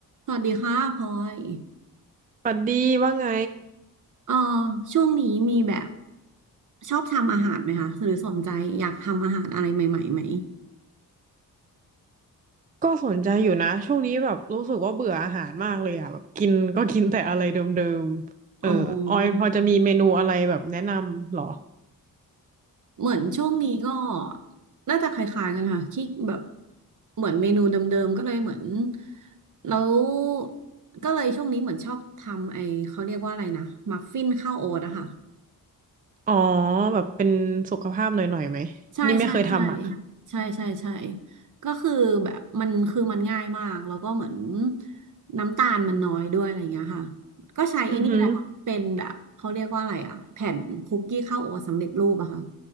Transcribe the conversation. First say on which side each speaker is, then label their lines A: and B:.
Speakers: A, on the right; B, on the right.
A: สวัสดีค่ะพลอย
B: ปัดดีว่าไง
A: เอ่อช่วงนี้มีแบบชอบทำอาหารไหมคะหรือสนใจอยากทำอาหารอะไรใหม่ๆไหม
B: ก็สนใจอยู่นะช่วงนี้แบบรู้สึกว่าเบื่ออาหารมากเลยอ่ะแบบกินก็กินแต่อะไรเดิมๆเออออยพอจะมีเมนูอะไรแบบแนะนำเหรอ
A: อ๋อเหมือนช่วงนี้ก็น่าจะคล้ายๆกันค่ะที่แบบเหมือนเมนูเดิมๆก็เลยเหมือนแล้วก็เลยช่วงนี้เหมือนชอบทำไอ้เขาเรียกว่าอะไรนะมัฟฟินข้าวโอ๊ตอะค่ะ
B: อ๋อแบบเป็นสุขภาพหน่อยๆไหม
A: ใช่ใช่ใช่
B: นี่ไม่เคยทำอ่ะ
A: ใช่ใช่ใช่ก็คือแบบมันคือมันง่ายมากแล้วก็เหมือนน้ำตาลมันน้อยด้วยอะไรเงี้ยค่ะก็ใช้ไอ้นี่แหละค่ะเป็นแบบเขาเรียกว่าอะไรอะแผ่นคุกกี้ข้าวโอ๊ตสำเร็จรูปอะค่ะ
B: อือหือ